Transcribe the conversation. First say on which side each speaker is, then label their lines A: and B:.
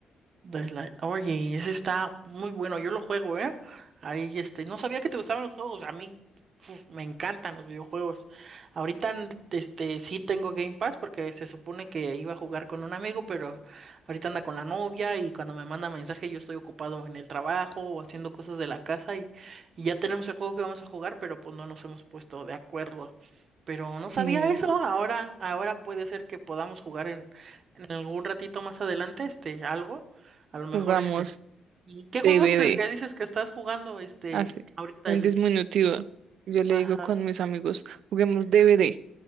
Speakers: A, on the right; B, on the right.
A: Daylight. Oye, ese está muy bueno, yo lo juego, ¿eh? Ahí, este, no sabía que te gustaban los juegos, a mí uf, me encantan los videojuegos. Ahorita, n- este, sí tengo Game Pass porque se supone que iba a jugar con un amigo, pero ahorita anda con la novia y cuando me manda mensaje yo estoy ocupado en el trabajo o haciendo cosas de la casa y, y ya tenemos el juego que vamos a jugar, pero pues no nos hemos puesto de acuerdo. Pero no sabía
B: Y
A: eso, ahora, ahora puede ser que podamos jugar en, en algún ratito más adelante, este, algo. A lo mejor
B: jugamos
A: este. ¿Y qué
B: DVD,
A: juego es el que dices que estás jugando este
B: así,
A: ahorita
B: en
A: el
B: disminutivo. Yo le digo
A: Ajá.
B: con mis amigos, juguemos DVD.